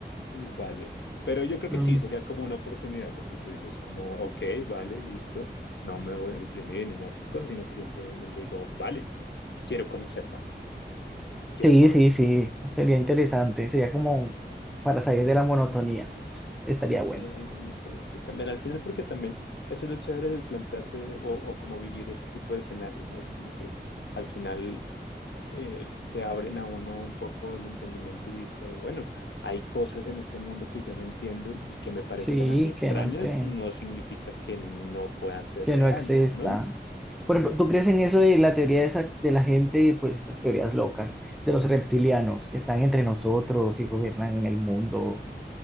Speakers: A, on the left; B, in the centre.
A: vale. Pero yo creo que
B: Mm,
A: sí, sería como una oportunidad lo que tú dices, como, ok, vale, listo, no me voy a deprimir ni nada de esas cosas, sino que simplemente digo, vale, quiero conocer más, quiero
B: Sí,
A: saber.
B: sí, sí, sería interesante, sería como para salir de la monotonía, estaría
A: Sí,
B: bueno.
A: sí, sí, también al final, porque también eso es lo chévere del plantearse o, o como vivir ese tipo de escenarios, ¿no? Es como que al final eh, le abren a uno un poco el entendimiento y dice, bueno, hay cosas en este mundo que yo no entiendo y que me parezcan
B: Sí,
A: a mí extrañas,
B: que no sé.
A: no significa que no puedan ser
B: que
A: reales,
B: no existan.
A: ¿no?
B: Por ejemplo, ¿tú crees en eso de la teoría de, esa- de la gente, pues esas teorías locas, de los reptilianos que están entre nosotros y gobiernan en el mundo?